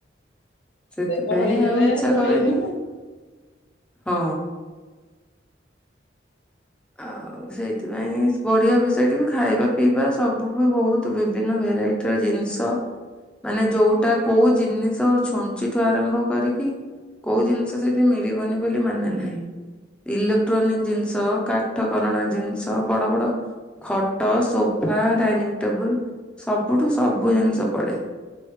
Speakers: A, in the centre; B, on the left.
A: ସେଥିପାଇଁ
B: ସେ ଗହଳି ହେଲେ
A: ଆଉ ଇଚ୍ଛା
B: ଧୂଳି
A: କରେନି।
B: ଉଡିବ
A: ହଁ। ଆଉ। ସେଇଥିପାଇଁ ବଢିଆ ମିଷେଇଟିବି ଖାଇବା ପିଇବା ସବୁ ବି ବହୁତ ବିଭିନ୍ନ ଭେରାଇଟ। ଟି ଜିନିଷ। ମାନେ ଯୋଉଟା କୋଉ ଜିନିଷ ଛୁଞ୍ଚିଠୁ ଆରମ୍ଭ କରିକି। କୋଉ ଜିନିଷ ସେଠି ମିଳିବନି ବୋଲି ମାନେ ନାହିଁ। ଇଲେକ୍ଟ୍ରୋନିକ ଜିନିଷ। କାଠକରଣା ଜିନିଷ ବଡ ବଡ ଖଟ ସୋଫା ଡାଇନିଂ ଟେବୁଲ ସବୁଠୁ ସବୁ ଜିନିଷ ପଡେ।